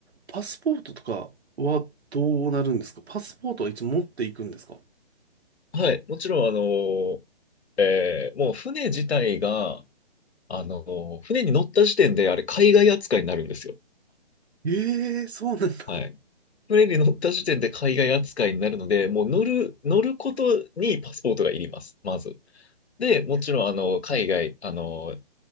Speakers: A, on the right; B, on the left.
A: パスポートとかはどうなるんですかパスポートはいつも持っていくんですか
B: はい、もちろん、あの、えーもう船自体が、あの、船に乗った時点で、あれ、海外扱いになるんですよ。
A: ええー、そうなんだ。
B: はい。船に乗った時点で海外扱いになるので、もう乗る、乗ることにパスポートがいります、まず。で、もちろん、
A: え
B: あの、海外、あの、